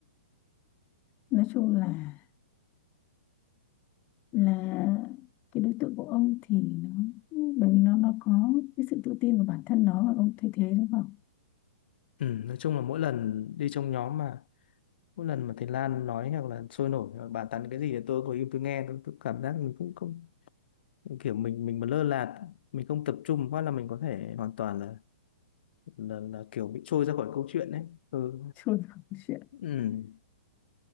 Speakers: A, on the left (about 25°); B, on the left (about 55°).
A: nói chung là là cái đối tượng của ông thì nó bởi vì nó nó có cái sự tự tin vào bản thân nó và ông thay thế nó vào
B: Ừ. Nói chung là mỗi lần đi trong nhóm mà mỗi lần mà thầy Lan nói hoặc là sôi nổi hoặc bàn tán cái gì thì tôi ngồi im tôi nghe tôi, tôi cảm giác mình cũng không kiểu mình mình mà lơ là mình không tập trung quá là mình có thể hoàn toàn là là, là kiểu bị trôi ra khỏi câu chuyện đấy ừ.
A: chuồn <laughs> vào chuyện
B: ừ.